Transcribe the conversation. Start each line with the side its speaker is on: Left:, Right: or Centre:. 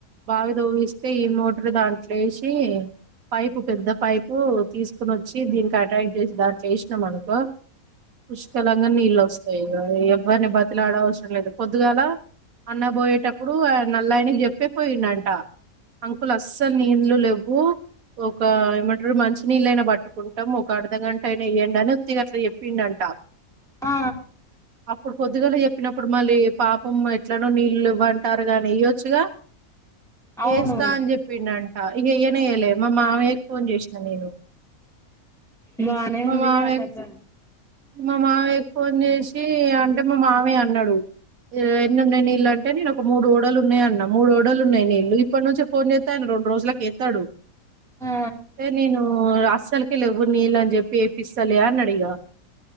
Right: బావి దోవిస్తే ఈ మోటర్ దాంట్లోసి పైపు పెద్ద పైపు తీసుకు వచ్చి దీనికి అటాక్ట్ చేసి దాన్ని చేసినాం అనుకో పుష్కలంగా నీళ్ళు వస్తాయి ఎవరిని బతిలాడ అవసరం లేదు పొద్దుగాల అన్న పోయేటప్పుడు నల్లయనకి చెప్పే పోయిండంట అంకులు అస్సలు నీళ్లు లేవ్వు ఒక ఏమంటారు మంచి నీళ్ళైనా పట్టుకుంటాం ఒక అర్ధగంట అయినా ఇయ్యాండి అని ఒత్తిగా అట్లా చె పిండంట
Centre: ఆ
Right: అప్పుడు పొద్దుగాల చెప్పినప్పుడు మళ్ళీ పాపం ఎట్లనో నీళ్ళు లెవ్వంటారు గాని ఇయ్యొచ్చుగా
Centre: అవును
Right: చేస్తా అని చెప్ పిండంట ఇక ఇయ్యనేయ్యలే మా మామయ్యకి ఫోన్ చేసినాను నేను
Centre: బానే
Right: మా
Centre: ఉందిలే
Right: మామయ్య
Centre: అత్తత్త
Right: మా మావయ్య ఫోన్ చేసి అంటే మా మావయ్య అన్నాడు ఎన్ని ఉన్నాయి నీళ్లు అంటే నేను ఒక మూడు ఒడలు ఉన్నాయి అన్న మూడు ఒడళ్లు ఉన్నాయి నీళ్లు ఇప్పటి నుంచి ఫోన్ చేస్ తడు రెండు రోజులకేతాడు
Centre: ఆ
Right: తే నేను అస్సలకి లెవ్వు నీళ్ళు అని చెప్పి ఏపిస్తలే అన్నడిగ